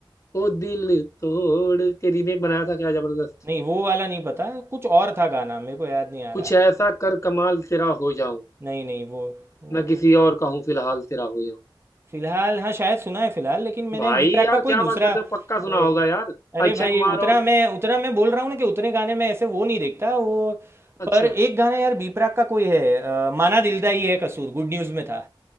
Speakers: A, on the left; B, on the right.
A: ओ दिल तोड़ के रीमेक बनाया था क्या जबरदस्त
B: नहीं वो वाला नहीं पता कुछ और था गाना मेरे को याद नहीं आ
A: कुछ
B: रहा
A: ऐसा कर कमाल तेरा हो जाऊं
B: नहीं नहीं वो वो
A: मैं किसी और का हूं फिलहाल तेरा हो जाऊं
B: फिलहाल हाँ शायद सुना है फिलहाल लेकिन मैंने
A: भाई
B: बी प्राक
A: यार
B: का कोई
A: क्या
B: दूसरा
A: बात करते हो पक्का सुना
B: अरे
A: होगा यार
B: अरे
A: अक्षय
B: भाई
A: कुमार
B: उतना
A: और
B: मैं उतना मैं बोल रहा हूँ ना कि उतने गाने में ऐसे वो नहीं देखता वो
A: अच्छा
B: पर एक गाना यार बी प्राक का कोई है अ, माना दिलदा ही है कसूर गुड न्यूज़ में था